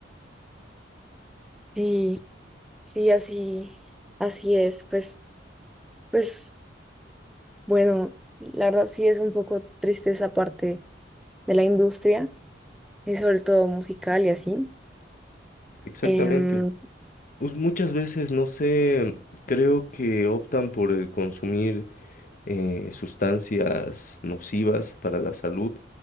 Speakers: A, in the centre; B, on the left.
A: Sí, sí, así, así es. Pues, pues, bueno, la verdad sí es un poco triste esa parte de la industria, y sobre todo musical y así.
B: Exactamente.
A: Em,
B: Pues muchas veces, no sé, creo que optan por el consumir eh, sustancias nocivas para la salud